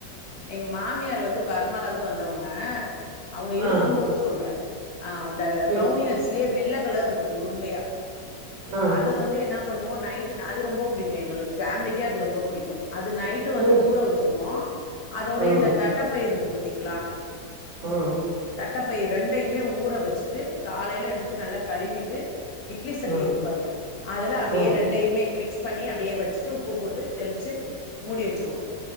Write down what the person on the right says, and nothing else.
ஆ
ம்
ஆ
ம்
ம்
ம்
ம் ம்
ம்